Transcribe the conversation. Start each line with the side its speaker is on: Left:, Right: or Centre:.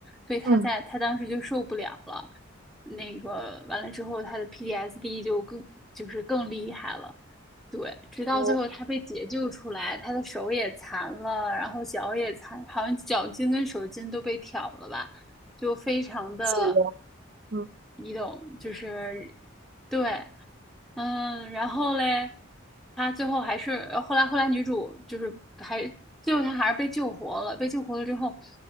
Centre: 所以她在她当时就受不了了，
Right: 嗯
Centre: 那个完了之后，她的 PTSD 就更就是更厉害了。对，直到最后她被解救出来，
Right: 我
Centre: 她的手也残了，然后脚也残，好像脚筋跟手筋都被挑了吧，就非常的，
Right: 自己嗯
Centre: 你懂，就是对，嗯，然后嘞，他最后还是呃后来后来女主就是还最后她还是被救活了，被救活了之后，